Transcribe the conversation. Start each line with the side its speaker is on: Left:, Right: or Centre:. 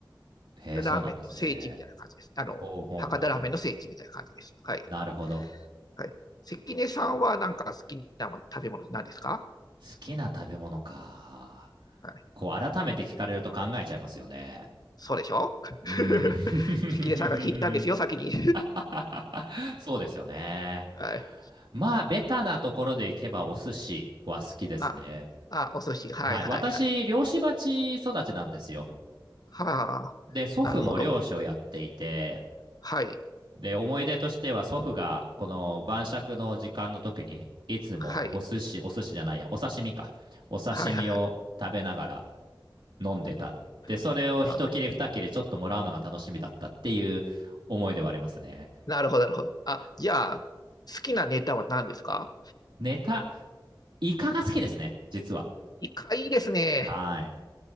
Right: へえ、
Left: ラーメンの聖地みたいな感じです。
Right: そうなんですね。
Left: あの、
Right: ほうほうほうほう。
Left: 博多ラーメンの聖地みたいな感じです。はい。
Right: なるほど。
Left: はい。関根さんはなんか好きなもの食べ物何ですか
Right: 好きな食べ物か。
Left: はい。
Right: こう、改めて聞かれると考えちゃいますよね。
Left: そうでしょ <laughs>
Right: うーん。
Left: 関根さんが聞いたんですよ、先に。
Right: <laughs> そうですよね。
Left: <laughs> はい。
Right: まあ、ベタなところでいけばお寿司は好きですね。
Left: あ、あ、お寿司。はいはいはい。
Right: はい。私、漁師鉢育ちなんですよ。
Left: はあ、
Right: で、祖父も漁師をやっていて、
Left: なるほど。はい。
Right: で、思い出としては祖父がこの晩酌の時間の時に、いつもお寿司、
Left: はい。
Right: お寿司じゃないや、お刺身か。お刺身を食べながら、
Left: はいはいはい。
Right: 飲んでた。
Left: うん。
Right: で、それを一切れ二切れちょっともらうのが楽しみだったっていう思いではありますね。
Left: あ、なるほど、なるほど。あ、じゃあ、好きなネタは何ですか
Right: ネタ、イカが好きですね、実は。
Left: イカいいですね。
Right: はい。